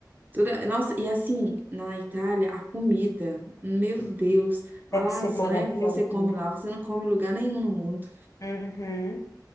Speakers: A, on the right; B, on the left.
A: tudo- Nossa, e assim, na Itália, a comida, meu Deus, a
B: deve
A: lasanha
B: ser maravilhoso,
A: que você come
B: né?
A: lá, você não come em lugar nenhum no mundo.
B: Uhum.